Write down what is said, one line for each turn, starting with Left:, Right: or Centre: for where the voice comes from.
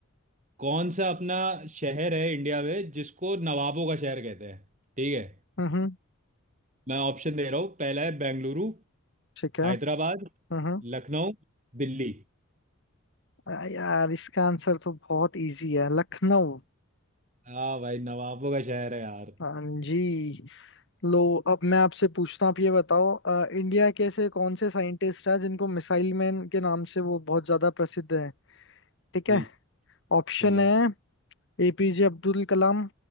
Right: कौन सा अपना शहर है इंडिया में जिसको नवाबों का शहर कहते हैं ठीक है
Left: हम्म हम्म,
Right: मैं ऑप्शन दे रहा हूँ पहला है बेंगलुरु
Left: ठीक है
Right: हैदराबाद
Left: हम्म
Right: लखनऊ दिल्ली
Left: आ- यार इसका आंसर तो बहुत इजी है लखनऊ
Right: हाँ भाई नवाबों का शहर है यार
Left: हाँ जी लो अब मैं आपसे पूछता हूँ आप ये बताओ अ, इंडिया के ऐसे कौन से साइंटिस्ट है जिनको मिसाइल मैन के नाम से वो बहुत ज्यादा प्रसिद्ध है ठीक
Right: ठीक
Left: है ऑप्शन
Right: ठीक है
Left: है एपीजे अब्दुल कलाम